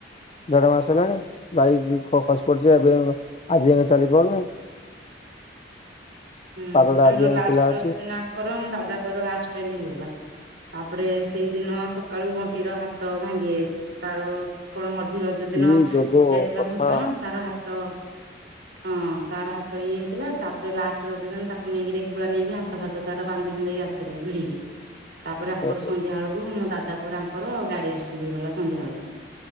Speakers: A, on the left; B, on the right.
A: ଦେଢ ମାସ ହେଲାଣି ବାଇକ ଖ-ଖସି ପଡିଚ ଏବେ ଆଜି ଯାକ ଚାଲି ପାରୁନି <inaudible>
B: ହୁଁ
A: ପାଦଟା
B: ଆମର
A: ଆଜି ଯାକେ
B: ଲାଷ୍ଟ
A: ଫୁଲା
B: ରଜ
A: ଅଛି
B: ଦିନ ଆଙ୍କର ଆମ ଦାଦା ପୁଅର ଆକ୍ସଡେଣ୍ଟ ହେଇଗଲା। ତାପରେ ସେଇଦିନ ସକାଳୁ ବଣ୍ଟି ର ହାତ ଭାଙ୍ଗି ଯାଇଛି ତାର କଣ ମଜା। ଜି ରଜ
A: କି
B: ଦିନ
A: ଯୋଗ
B: ଯାଇଥିଲା
A: କଥା
B: ଭୁବନ ତାର ହାତ ହଁ ତାର ହାତ ଇଏ ହେଇଥିଲା ତାପରେ ଲାଷ୍ଟ୍। ଯ ରଜ ଦିନ ତାକୁ ନେଇକିରେ ଏକୁଳା ନେଇକି ହାତ ଫାତ ତାର ବାନ୍ଧିବନ୍ଧେଇ ଆସିଥିଲେ ଭିଡିକି। ତାପରେ ଆଙ୍କର
A: ଓହୋ
B: ସନ୍ଧ୍ୟାକୁ ମୋ ଦାଦା ପୁଅର ଆଙ୍କର ଗାଡି ଆକ୍ସିଡେଣ୍ଟ ହେଇଗଲା ସନ୍ଧ୍ୟା ବେଳକୁ।